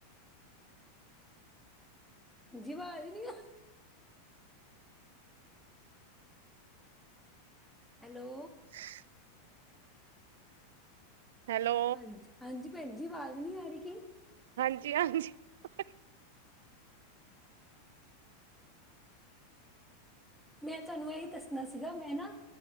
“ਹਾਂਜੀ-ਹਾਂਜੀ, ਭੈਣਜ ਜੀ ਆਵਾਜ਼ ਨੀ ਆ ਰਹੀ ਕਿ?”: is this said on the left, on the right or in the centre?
Centre